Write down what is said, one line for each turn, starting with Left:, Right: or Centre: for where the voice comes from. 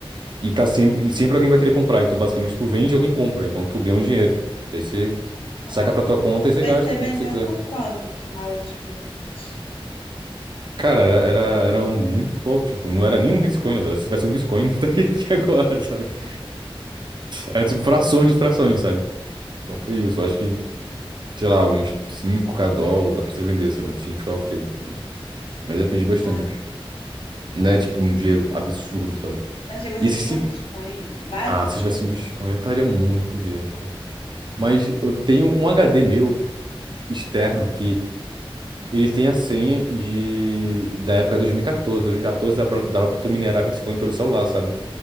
Right: e tá sempre, e sempre alguém vai querer comprar. Então, basicamente, tu vende e alguém compra. Então, tu ganha um dinheiro. Daí você
Left: Ah,
Right: saca pra tua conta e você
Left: Mas
Right: gasta
Left: você
Right: com
Left: vendeu
Right: o que você quiser.
Left: por quanto? Que mal eu te pergunte.
Right: Cara, era, era, era muito pouco. Tipo, não era nem um Bitcoin, na verdade. Se tivesse um Bitcoin, <laughs> não estaria aqui agora, sabe? <laughs> Era tipo frações de frações, sabe? Então foi isso.
Left: Ah,
Right: Eu acho que sei lá, uns cinco k dólar, dá pra você vender, sabe? Assim, ficar ok, sabe? Mas depende bastante.
Left: ah,
Right: Não é tipo
Left: tem.
Right: um dinheiro absurdo, sabe?
Left: Eu achei que
Right: E
Left: você
Right: esse
Left: tinha
Right: sim.
Left: um Bitcoin, vários
Right: Ah,
Left: Bitcoins.
Right: se eu tivesse um Bitcoin, eu estaria muito rico. Mas eu tenho um HD meu externo que ele tem a senha de... da época de 2014. 2014 dava pra, dava pra tu minerar Bitcoin pelo celular, sabe?